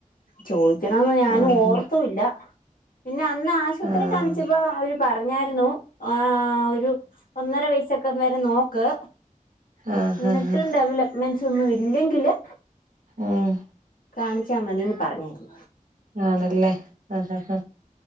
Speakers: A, on the left (about 80°); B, on the right (about 75°).
A: ചോദിക്കണോന്ന് ഞാനും
B: ആഹ്
A: ഓർത്തു ഇല്ല പിന്നെ അന്ന് ആശുപത്രി
B: ആഹ്
A: കാണിച്ചപ്പോ അവര് പറഞ്ഞാരുന്നു ആഹ് ഒരു ഒന്നര വയസൊക്കെ വരെ നോക്ക്
B: ആഹ്
A: ഇന്നിട്ടും
B: ആഹ് ആഹ്
A: ഡെവലപ്മെന്റ്സ് ഒന്നും ഇല്ലെങ്കില്
B: ഉം
A: കാണിച്ചാ മതീന്ന് പറഞ്ഞിരുന്നു
B: ആണല്ലേ ആഹ് ആഹ്